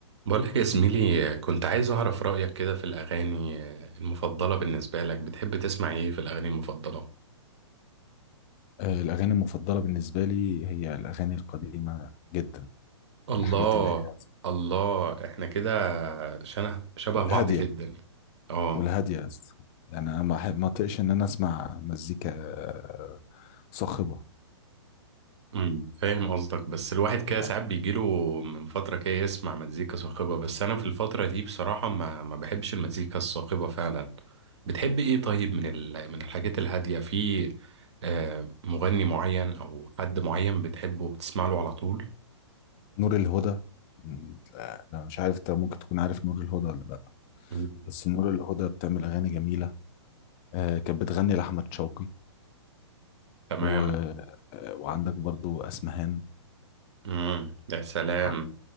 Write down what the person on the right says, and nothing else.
بقولك يا زميلي كنت عايز أعرف رأيك كده في الأغاني المفضلة بالنسبة لك بتحب تسمع إيه في الأغاني المفضلة؟
الله
الله إحنا كده شنه شبه
بعض جدا آه
أمم، فاهم قصدك بس الواحد كده
ساعات بيجيله من فترة كده يسمع مزيكا صاخبة بس أنا في الفترة دي بصراحة ما ما بحبش المزيكا الصاخبة فعلا بتحب إيه طيب من ال... من الحاجات الهادية في آه، مغني معين أو حد معين بتحبه وبتسمع له على طول؟
مم.
تمام
مم. يا سلام